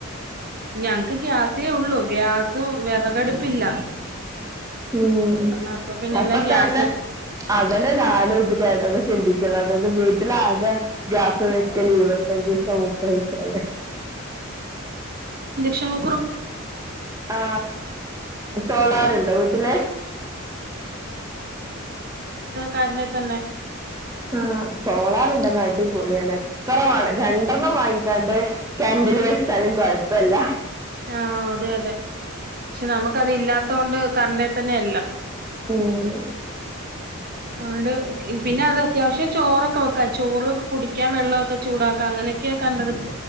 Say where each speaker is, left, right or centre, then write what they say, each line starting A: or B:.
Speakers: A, on the right; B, on the right.
A: ഞങക്ക് ഗ്യാസ് തേ ഉള്ളൂ ഗ്യാസും വിറകടുപ്പില്ല
B: ഉം
A: അപ്പൊ പിന്നെ
B: അപ്പ
A: എല്ലാം ഗ്യാസ്
B: തന്നെ അതന്നെ ഞാനും ഇത് കേട്ടപ്പ ചിന്തിക്കണം അതായത് വീട്ടിലാകെ ഗ്യാസ് വെക്കല് ഇരുപത്തഞ്ച് ദിവസം മുപ്പത് ദിവസം അല്ലേ
A: ഷോ
B: ആ സോളാറ്ണ്ട് വി ഇല്ലെ
A: കറന്റെ തന്നെ
B: ആ സോളാറണ്ടങ്ങ അടിപൊളിയാണ് എത്ര വ രണ്ടെണ്ണം വാങ്ങിക്കാണ്ട് കറൻ്റില് വെച്ചാലും കൊഴപ്പല്ല
A: ആ അതെ അതെ പക്ഷെ നമുക്ക് അതിലല്ലാതെ - ത്തോണ്ട് കറണ്ട തന്നെ എല്ലാം
B: ഉം
A: അതൊണ്ട് പിന്നെ അത് അത്യാവശ്യം ചോറൊക്കെ വെ ചോറ് കുടിക്കാൻ വെള്ളമൊക്കെ ചൂടാക്കാം അങ്ങനെയൊക്കെ കണ്ടടുപ്